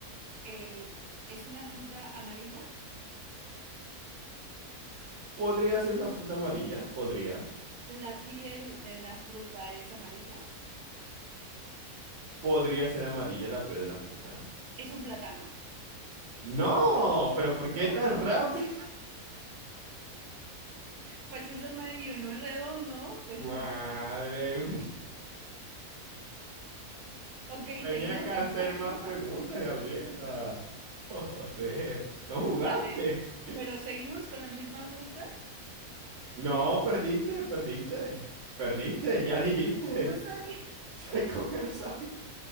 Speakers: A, on the right (about 80°); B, on the right (about 55°).
A: eh, ¿es una fruta amarilla?
B: ¿Podría ser una fruta amarilla? Podría.
A: ¿La piel de la fruta es amarilla?
B: ¿Podría ser amarilla la peor de la fruta?
A: Es un plátano.
B: No, pero ¿por qué
A: ¿No?
B: tan rápido?
A: Pues es amarillo y no es redondo. Pues
B: <laughs> Madre
A: es... <laughs>
B: mía.
A: Ok,
B: Tenía
A: seguimos
B: que hacer
A: con esa fruta.
B: más preguntas, Gabriela. <laughs> Joder, no jugaste.
A: Vale, pero seguimos con la misma fruta.
B: No, perdiste, perdiste. Perdiste, ya dijiste.
A: No sabía,
B: <laughs> Como que no sabía.